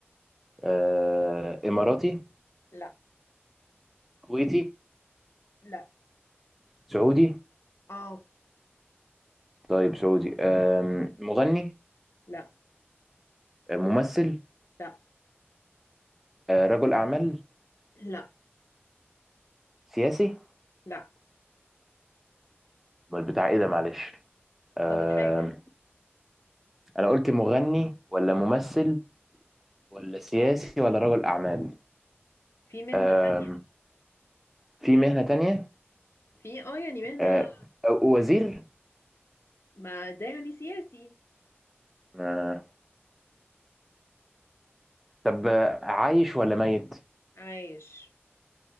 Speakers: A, in the centre; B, on the left.
A: آه إماراتي
B: لا
A: كويتي
B: لا
A: سعودي
B: اه
A: طيب سعودي آم، مغني
B: لا
A: ممثل
B: لا
A: آه، رجل اعمال
B: لا
A: سياسي
B: لا
A: امال بتاع ايه ده معلش آه،
B: فاضل حاجة
A: انا قلت مغني ولا ممثل ولا سياسي ولا رجل اعمال
B: في مهنة
A: آه،
B: تانية
A: في مهنة تانية
B: في اه يعني مهنة
A: آه، وزير
B: ما ده يعني سياسي
A: آه، طب آه، عايش ولا ميت
B: عايش